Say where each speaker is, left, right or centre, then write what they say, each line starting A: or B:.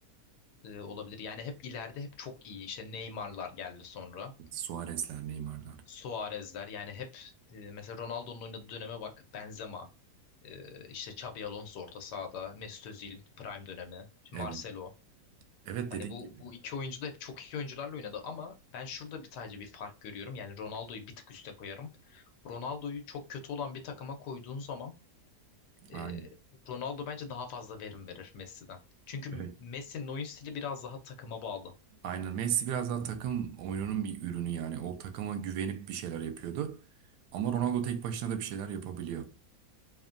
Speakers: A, on the left; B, on the right.
A: e, olabilir. Yani hep ileride hep çok iyi. İşte Neymar'lar geldi sonra.
B: Suarez'ler, Neymar'lar.
A: Suarez'ler yani hep e, mesela Ronaldo'nun oynadığı döneme bak. Benzema, e, işte Xabi Alonso orta sahada, Mesut Özil prime dönemi, şimdi
B: Evet.
A: Marcelo.
B: Evet
A: Hani
B: dediğin
A: bu
B: gibi.
A: bu iki oyuncu da hep çok iyi oyuncularla oynadı ama ben şurada bir sadece bir fark görüyorum. Yani Ronaldo'yu bir tık üste koyarım. Ronaldo'yu çok kötü olan bir takıma koyduğun zaman
B: Aynen.
A: e, Ronaldo bence daha fazla verim verir Messi'den. Çünkü
B: Evet.
A: Messi'nin oyun stili biraz daha takıma bağlı.
B: Aynen Messi biraz daha takım oyununun bir ürünü yani. O takıma güvenip bir şeyler yapıyordu. Ama Ronaldo tek başına da bir şeyler yapabiliyor.